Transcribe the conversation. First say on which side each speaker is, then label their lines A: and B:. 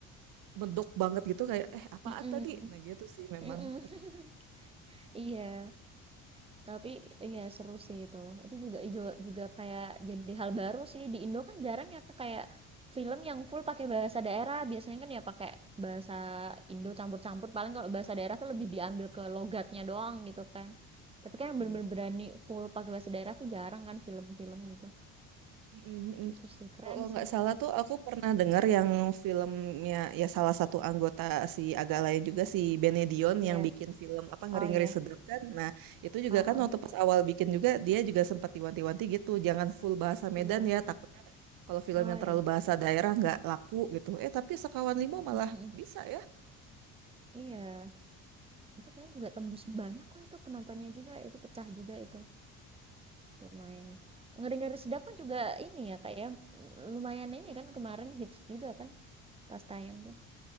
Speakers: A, on the right; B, on the right.
A: medok banget gitu kayak eh apaan
B: mhm,
A: tadi nah gitu sih memang
B: mhm.
A: tapi <laughs>
B: <laughs> Iya. Tapi iya seru sih itu. Itu juga ijo juga kayak jadi hal baru sih di Indo kan jarang ya Kak, kayak film yang full pakai bahasa daerah. Biasanya kan ya pakai bahasa Indo campur-campur. Paling kalau bahasa daerah tuh lebih diambil ke logatnya doang gitu kan. Tapi kan yang
A: mm,
B: bener-bener berani full pakai bahasa daerah tuh jarang kan film-film gitu.
A: mm, mm,
B: Gitu
A: mm.
B: sih keren
A: kalau nggak
B: sih itu.
A: salah tuh aku pernah dengar yang filmnya ya salah satu anggota si agak lain juga si Benedion
B: Iya.
A: yang bikin film apa ngeri-ngeri
B: Oh iya.
A: sedap kan nah itu juga
B: Oh, oh
A: kan waktu
B: oh.
A: pas awal bikin juga dia juga sempat diwanti-wanti gitu jangan full bahasa Medan
B: Iya.
A: ya takutnya kalau film
B: Oh
A: yang
B: iya.
A: terlalu bahasa daerah nggak laku gitu eh tapi Sekawan Lima malah
B: Mm, mm, mm.
A: bisa ya
B: Iya. Itu kayaknya juga tembus banyak kok itu penontonnya juga. Itu pecah juga itu. Lumayan. Ngeri-ngeri Sedap kan juga ini ya, Kak, ya, lumayan ini kan kemarin hits juga kan pas tayang tuh.